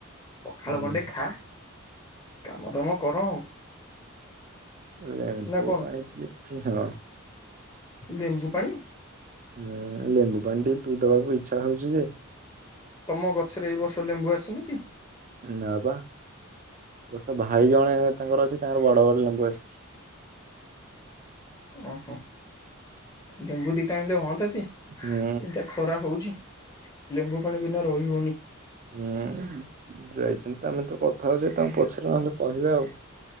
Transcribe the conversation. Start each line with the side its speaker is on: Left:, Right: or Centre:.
Left: ପଖାଳ
Right: ହୁଁ
Left: ଗଣ୍ଡେ ଖା କାମ ଦାମ କର ଆଉ।
Right: ଲେମ୍ବୁ
Left: ନା କଣ
Right: ପାଣି ଟିକେ ପିଅ।
Left: ଲେମ୍ବୁ ପାଣି?
Right: ଏ ଲେମ୍ବୁ ପାଣି ଟିକେ ପିଇ ଦବାକୁ ଇଚ୍ଛା ହଉଛି ଯେ
Left: ତମ ଗଛରେ ଏଇ ବର୍ଷ ଲେମ୍ବୁ ଆସିନି କି?
Right: ନା ବା ଗଛ ଭାଇ ଜଣେ ତାଙ୍କର ଅଛି ତାଙ୍କର ବଡ଼ ବଡ଼ ଲେମ୍ବୁ ଆସ୍ଛି।
Left: ଅହ ଲେମ୍ବୁ ଦିଟା ଆଣିଲେ ହଅନ୍ତା ଯେ ଏମିତିଆ
Right: ହୁଁ
Left: ଖରା ହଉଛି ଲେମ୍ବୁ ପାଣି ବିନା ରହି ହଉନି।
Right: ହୁଁ ଯାଇଛନ୍ତି ତ ଆମେ ତ କଥା ହଉଚେ ତଙ୍କୁ ପଛେ ନହେଲେ କହିବା ଆଉ।